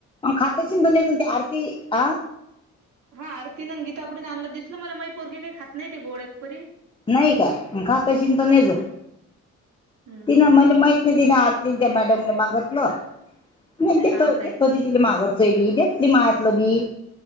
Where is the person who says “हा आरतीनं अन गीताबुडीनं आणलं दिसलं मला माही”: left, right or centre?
Right